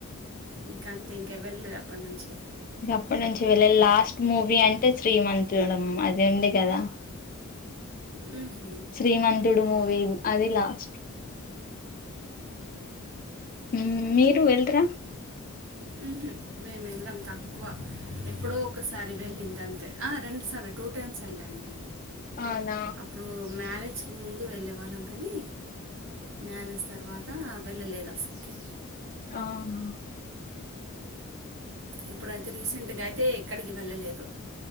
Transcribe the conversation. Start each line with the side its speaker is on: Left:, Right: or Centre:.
Right: ఇంక అంతే ఇంకా వెళ్ళదు అప్పటి నుంచి
Left: ఇకప్పటి నుంచి వెళ్ళే లాస్ట్ మూవీ అంటే శ్రీ మంత్డం అది ఉంది కదా.
Right: ఉహ
Left: శ్రీమంతుడు మూవీ అది లాస్ట్ ఊ మీరు వెళ్తరా?
Right: ఉహు మేము ఎల్లం తక్కువ ఏ ఎప్పుడో ఒకసారి వెళ్ళింది అంతే ఆ రెండుసార్లు టూ టైమ్స్ వెళ్ళాను నేను.
Left: అవునా
Right: అప్పుడూ మ్యారేజ్కి ముందు వెళ్ళే వాళ్ళం కనీ మ్యారేజ్ తర్వాత వెళ్ళలేద్ అసల్కి
Left: అవునా
Right: ఇప్పుడైతే రీసెంట్గా అయితే ఎక్కడికి వెళ్ళలేద్